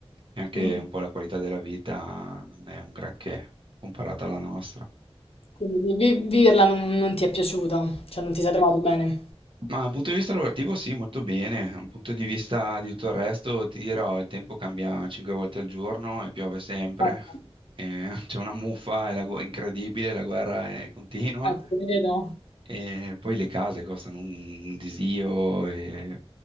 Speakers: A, on the right; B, on the left.
A: e anche
B: Mm,
A: un po' la qualità della vita non è un granché comparata alla nostra.
B: Quindi vi- vi- viverla non, non ti è piaciuta, cioè non ti sei trovato bene?
A: Ma dal punto di vista lavorativo sì, molto bene. Dal punto di vista di tutto il resto, ti dirò, il tempo cambia cinque volte al giorno e piove sempre.
B: Ma no,
A: e <laughs> c'è una muffa, è la gu- incredibile, la guerra è continua.
B: eh, ti credo.
A: E poi le case costano un disio. E...